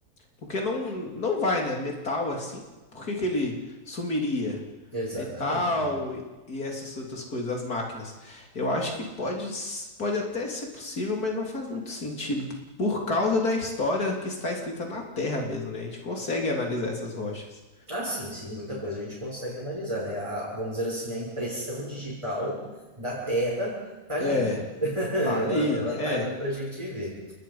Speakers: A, on the left; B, on the right.
A: porque não, não vai, né? Metal assim, por que que ele sumiria?
B: Exatamente.
A: Metal e e essas outras coisas, as máquinas. Eu acho que pode, s- pode até ser possível, mas não faz muito sentido. Por causa da história que está escrita na Terra mesmo, né? A gente consegue analisar essas rochas.
B: Ah, sim, sim, muita coisa a gente consegue analisar, né? A- vamos dizer assim, a impressão digital da Terra tá ali.
A: É,
B: <laughs> Ela,
A: tá ali,
B: ela
A: é.
B: tá ali pra gente ver.